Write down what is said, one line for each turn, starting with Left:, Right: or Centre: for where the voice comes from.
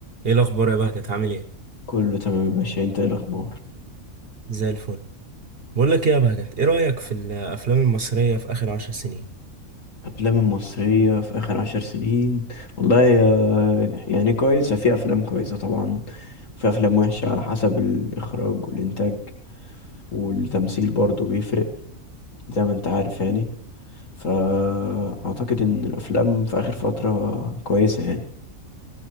Right: ايه الاخبار يا بهجت عامل ايه
Left: كله تمام يا باشا انت ايه الاخبار
Right: زي الفل بقول لك ايه يا بهجت ايه رايك في الافلام المصريه في اخر عشر سنين
Left: افلام المصريه في اخر عشر سنين والله يا- يعني كويسه في افلام كويسه طبعا وفي افلام وحشه على حسب الاخراج والانتاج والتمثيل برضو بيفرق زي ما انت عارف يعني فاعتقد ان الافلام في اخر فتره كويسه يعني